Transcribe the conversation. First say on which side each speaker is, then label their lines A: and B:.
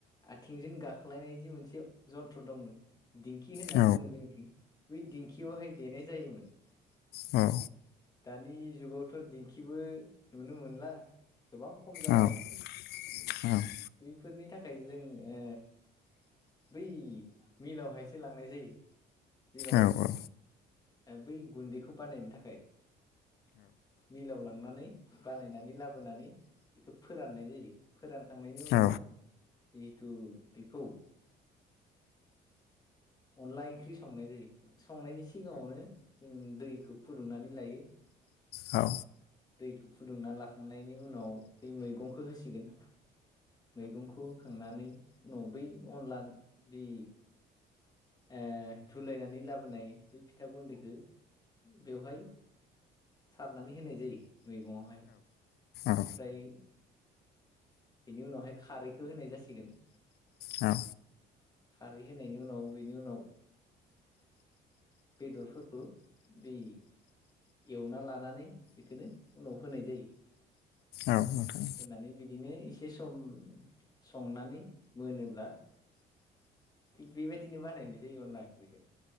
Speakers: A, on the left; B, on the left.
A: आथिंजों गाख्लायनाय जि मोनसे जन्थ्र दंमोन दिंखि होननानै
B: औ
A: बुङो जोंनिथिं बै दिंखियावहाय देनाय जायोमोन
B: औ
A: दानि जुगावथ दिंखिबो नुनो मोनला गोबां खम जाबाय
B: औ <unintelligible>
A: बैफोरनि थाखाय जों-ओ बै मिलावहायसो लांनाय जायो जेराव
B: औ औ
A: बै गुन्दैखौ बानायनो थाखाय मिलाव लांनानै बानायनानै लाबोनानै बेखौ फोराननाय जायो फोरानखांनायनि उनाव
B: औ
A: जिहेथु बेखौ अनला ओंख्रि संनाय जायो संनाय सिगाङावनो जों दैखौ फुदुंनानै लायो
B: औ
A: दैखौ फुदुंना लाखांनायनि उनाव बै मैगंखौ होसिगोन मैगंखौ होखांनानै उनाव बै अनला बे ओ धुलायनानै लाबोनाय बे फिथा गुन्दैखौ बेवहाय सारनानै होनाय जायो मैगंआवहाय
B: औ
A: ओमफ्राय बेनि उनावहाय खारैखौ होनाय जासिगोन
B: औ
A: खारै होनायनि उनाव बेनि उनाव बेदरफोखौ बे एवना लानानै बेखोनो उनाव होनाय जायो
B: औ नोंथां
A: होनानै बिदिनो एसे सम संनानै मोनोब्ला थिग बेबायदिनो बानायनाय जायो अनला ओंख्रिखौ